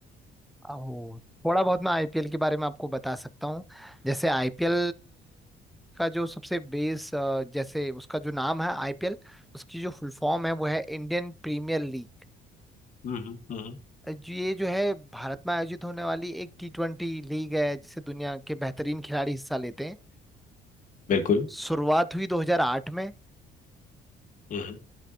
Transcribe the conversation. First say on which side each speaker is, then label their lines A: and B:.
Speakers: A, in the centre; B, on the left.
A: ओ, थोड़ा बहुत मैं आईपीएल के बारे में आपको बता सकता हूँ जैसे आईपीएल का जो सबसे बेस जैसे उसका जो नाम है आईपीएल उसकी जो फुल फॉर्म है वो है इंडियन प्रीमियर लीग
B: हम्म हम्म
A: जो- ये जो है भारत में आयोजित होने वाली एक टी ट्वेंटी लीग है जिसे दुनिया के बेहतरीन खिलाड़ी हिस्सा लेते हैं
B: बिल्कुल
A: शुरुआत हुई 2008 में
B: हम्म